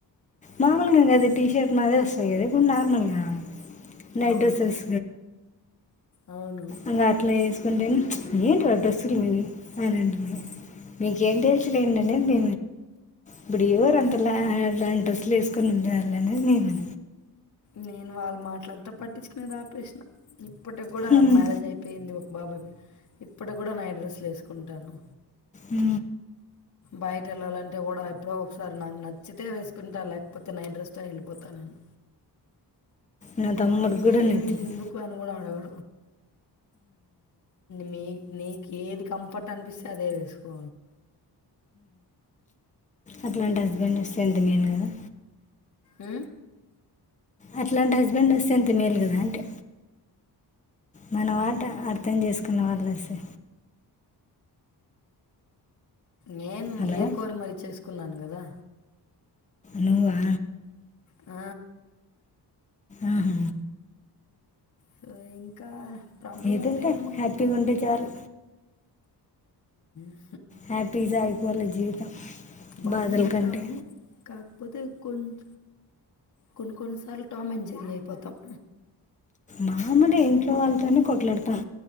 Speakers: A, on the left (about 20°); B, on the left (about 45°).
A: నార్మల్గా అది టీ షర్ట్ మాదిరే వస్తాది కద ఇప్పుడు నార్మల్గా నైట్
B: అవును
A: డ్రెస్సెస్
B: అవును
A: ఇంగ అట్లా వేసుకుంటే ఏంటి వా డ్రెస్సులు అని అంటుంది మీకేం తల్సులేం అనేది ఇప్పుడు ఎవరు అంతలాంటి డ్రెస్సులు వేసుకుని ఉండే వాళ్ళనేది
B: నేను వాళ్ళ మాటల అంతా పట్టించుకునేది ఆపేసిన ఇప్పటికి కూడా
A: ఉమ్.
B: మ్యారేజ్ అయిపోయింది ఒక బాబు అయిపో ఇప్పటి కూడా నైట్ డ్రెస్లు ఏసుకుంటాను
A: ఉ
B: బయట వెళ్ళాలంటే కూడా ఎప్పుడో ఒకసారి నాకు నచ్చితే వేసుకుంటా లేకపోతే నైట్ డ్రెస్తోనే వెళ్ళిపోతానేను
A: నా
B: మాయన
A: తమ్ముడు కూడా నచ్చింది
B: ఏమి ఎందుకు అని కూడా అడగ డు మీ నీకు ఏది కంఫర్ట్ అనిపిస్తే అదే వేసుకో
A: అట్లాంటి హస్బెండ్ వస్తే ఎంత మేలు కదా
B: ఉ
A: అట్లాంటి హస్బెండ్ వస్తే ఎంత మేలు కదా అంటి మన
B: ఉం.
A: వాట అర్థం చేసుకున్న వాళ్ళు వస్తే
B: నేను
A: హలో
B: ఏరి కోరి మరి చెస్ కున్నాను కదా
A: నువ్వా
B: ఆ
A: ఉహు
B: సో ఇంకా ప్రాబ్లం
A: ఏదలే
B: అయితే ఏముండదు
A: హ్యాపీగా ఉంటే చాలు
B: ఉ
A: హ్యాపీ జాయ్ వాళ్ళ జీవితం
B: బానే
A: బాధల
B: ఉంటాము
A: కంటే
B: కాకపోతే కొంచం కొన్ని కొన్నిసార్లు టామ్ అండ్ జెర్రీ అయిపోతాం
A: మామూలు ఇంట్లో వాళ్ళతోనే కొట్లాడతాం